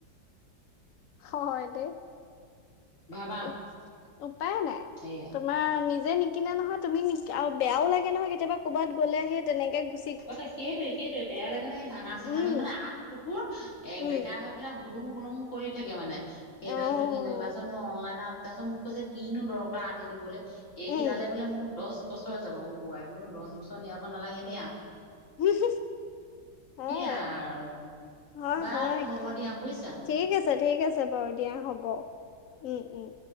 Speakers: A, on the left (about 75°); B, on the left (about 40°).
A: <unintelligible> হয় দে।
B: ভাবা
A: উপ-উপায় নাই
B: সেয়া
A: তোমাৰ নিজে নি কিনে নহয় তুমি বেয়াও লাগে নহয় কেতিয়া ক'ৰবাত গ'লে তেনেকে গু
B: অ', সেইটোৱে, সেইটোৱে বেয়া লাগে নে সেই ভাঙা চিঙাডাল
A: উম
B: মানে আগ টুকুৰ এ
A: উম
B: বেকা হয়। <unintelligible> হোুলুং বোলুং কৰি থাকে মানে সেইডাল
A: অ'
B: পিন্ধি গ'লে তাৰ পিছত মই অনলাইনত তাৰপিছত মোক কৈছে কিনো দৰকাৰ আনি দিবলৈ এইকিডালে
A: উম
B: বোলে মোৰ দহ বছৰ যাব <unintelligible> দহ বছৰ নিয়াব নালাগে দিয়া।
A: <unintelligible> হয়
B: সেইয়া আৰু।
A: হয়
B: বাৰু
A: হয়,
B: হ'ব দিয়া বুজিছা
A: ঠিক আছে ঠিক আছে। <unintelligible> বাৰু দিয়া হ'ব, উম, উম।